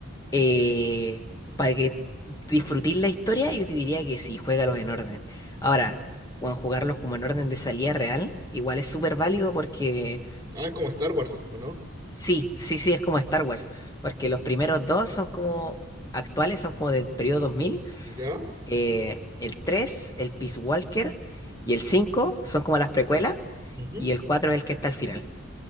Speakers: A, on the left; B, on the right.
A: eh, para que disfrutéis la historia, yo te diría que sí, juégalos en orden. Ahora, bueno, jugarlos como en orden de salida real, igual es súper válido porque.
B: Ah, es como Star Wars, ¿o no?
A: Sí, sí, sí, es como Star Wars, porque los primeros dos son como actuales, son como del periodo 2000,
B: ¿Ya?
A: eh, el 3, el Peace Walker, y el 5 son como las precuelas,
B: Ujú.
A: y el 4 es el que está al final.